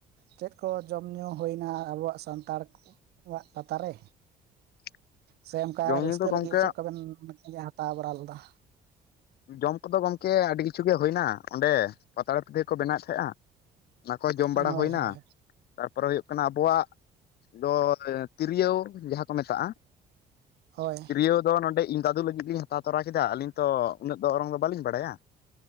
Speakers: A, on the right; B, on the left.
A: ᱪᱮᱫ ᱠᱚ ᱡᱚᱢ ᱧᱩ ᱦᱩᱭᱱᱟ ᱟᱵᱚᱣᱟᱜ ᱥᱟᱱᱛᱟᱲ ᱠᱚᱣᱟᱜ ᱯᱟᱛᱟ ᱨᱮ?
B: <inaudible>
A: ᱥᱮ ᱚᱱᱠᱟ
B: ᱡᱚᱢ
A: ᱨᱟᱹᱥᱠᱟᱹ
B: ᱧᱩ ᱫᱚ ᱜᱚᱢᱠᱮ
A: ᱞᱟᱹᱜᱤᱫ ᱪᱮᱫ ᱠᱚᱵᱮᱱ ᱦᱟᱛᱟᱣ ᱵᱟᱲᱟ ᱞᱮᱫᱟ?
B: ᱡᱚᱢ ᱠᱚᱫᱚ ᱜᱚᱝᱠᱮ ᱟᱹᱰᱤ ᱠᱤᱪᱷᱩ ᱜᱮ ᱦᱩᱭᱱᱟ, ᱚᱸᱰᱮ ᱯᱟᱛᱲᱟ ᱯᱤᱴᱷᱟᱹ ᱠᱚ ᱵᱮᱱᱟᱣᱮᱫ ᱛᱟᱦᱮᱸᱜᱼᱟ ᱾ ᱚᱱᱟ ᱠᱚ ᱡᱚᱢ
A: ᱦᱳᱭ
B: ᱵᱟᱲᱟ ᱦᱩᱭ ᱮᱱᱟ
A: ᱦᱳᱭ
B: ᱾ ᱛᱟᱨᱯᱚᱨᱮ ᱦᱩᱭᱩᱜ ᱠᱟᱱᱟ ᱟᱵᱚᱣᱟᱜ ᱫᱚ ᱛᱤᱨᱭᱳ ᱡᱟᱦᱟᱸ ᱠᱚ ᱢᱮᱛᱟᱜᱼᱟ
A: ᱦᱳᱭ ᱾
B: ᱯᱤᱨᱭᱳ ᱫᱚ ᱱᱚᱸᱰᱮ ᱤᱧ ᱫᱟᱫᱩ ᱞᱟᱹᱜᱤᱫ ᱞᱤᱧ ᱦᱟᱛᱟᱣ ᱛᱚᱨᱟ ᱠᱮᱫᱟ ᱟᱹᱞᱤᱧ ᱛᱚ ᱩᱱᱟᱹᱜ ᱫᱚ ᱚᱨᱚᱝ ᱫᱚ ᱵᱟᱹᱞᱤᱧ ᱵᱟᱲᱟᱭᱟ ᱾